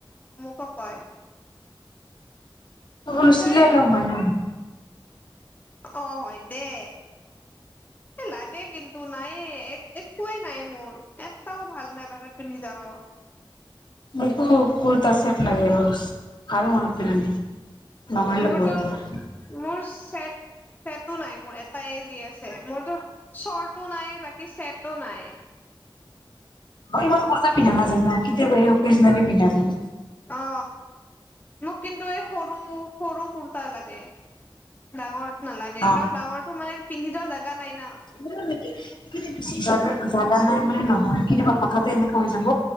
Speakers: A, on the left; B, on the left.
A: কো কয়।
B: <unintelligible> চিলাই
A: সেই
B: লম মই হয় নে নহয়।
A: অ', হয়, দে। লাগে কিন্তু, নায়েই এক, একোৱেই নাই মোৰ, এটাও ভাল নাই বাহিৰত পিন্ধি যাব।
B: মোকো কুৰ্তা ছেট লাগে বছ, ভাল মনত পেলালি। <unintelligible>
A: মোৰতো মোৰ চেট, চেটো নাই মোৰ এটাই যি আছে, মোৰতো শৰ্টো নাই, বাকী চেটো নাই।
B: ইমান <unintelligible> পিন্ধা নাজায় কেতিয়াবাহে <unintelligible> যে, পিন্ধাবোৰ
A: অ মোক কিন্তু এই সৰু, সৰু কুৰ্তা লাগে। ডাঙৰ নালাগে
B: অ',
A: কাৰণ ডাঙৰটো মানে পিন্ধি যোৱা জাগা নাই না
B: <unintelligible> জাগা নাই মানে নহয়, কেতিয়াবা হঠাতে এনেকুৱা হৈ যাব।